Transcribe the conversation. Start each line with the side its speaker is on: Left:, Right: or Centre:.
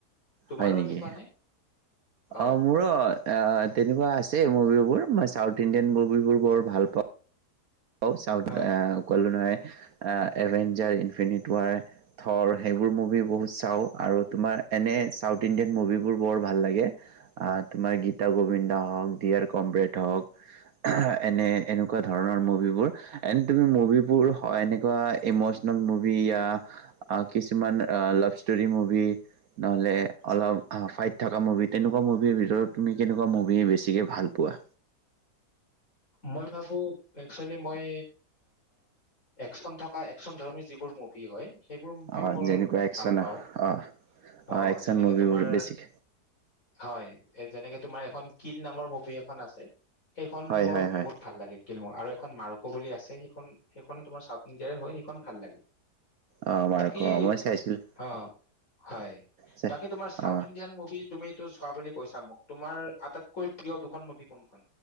Left: তোমাৰো
Right: হয় নেকি।
Left: এনেকুৱা নে অ
Right: অঁ মোৰো তেনেকুৱা আছে মভিবোৰ, মই চাউথ ইণ্ডিয়ান বোৰ বৰ ভাল পাওঁ। অঁ চাউথ
Left: হয়
Right: কলো নহয় এভেঞ্জাৰ, ইনফিনিট, ৱাৰ থৰ, সেইবোৰ মুভি বহুত চাওঁ, আৰু তোমাৰ এনে চাউথ ইণ্ডিয়ান মুভিবোৰ বৰ ভাল লাগে। অঁ, তোমাৰ গীতা গোবিন্দা হওঁক দিয়াৰ কমৰেড হওঁক, এনে এনেকুৱা ধৰণৰ মোক এনে তুমি মুভিবোৰ এনেকুৱা ইমোচনেল মুভি য়া আৰু কিছুমান লাভ ষ্টোৰি মুভি নহলে আৰু ফাইট থাকা মুভি তেনেকুৱা মুভিৰ ভিতৰত তুমি কেনেকুৱা মুভি বেছিকৈ ভাল পোৱা
Left: মই ভাবো একচুৱেলি মই একচন থকা একচন ধৰ্মী যিবোৰ মুভি হয়। সেইবোৰ মুভি
Right: অ
Left: মোৰ
Right: যেনেকুৱা একচন
Left: ভাল পাওঁ
Right: অ
Left: অঁ
Right: অ একচন
Left: যেনেকৈ
Right: মুভিবোৰ
Left: তোমাৰ
Right: বেছিকে
Left: হয় এ যেনেকৈ তোমাৰ এখন কিত নামৰ মুভি এখন আছে সেইখন
Right: হয়
Left: মোৰ
Right: হয় হয়
Left: ভাল লাগে কিলমৰ আৰু এখন মাৰুকো বুলি আছে সেইখন সেইখনো তোমাৰ চাউথ ইণ্ডিয়াৰে হয় সেইখন ভাল লাগে
Right: অ মাৰ্ক
Left: বাকী
Right: মই চাইছিলো
Left: অ হয়
Right: চে-
Left: বাকী তোমাৰ চাউথ
Right: অ
Left: ইণ্ডিয়ান মুভি তুমিটো চোৱা বুলি কৈছা মোক তোমাৰ আটাইতকৈ প্ৰিয় দুখন মুভি কোনখন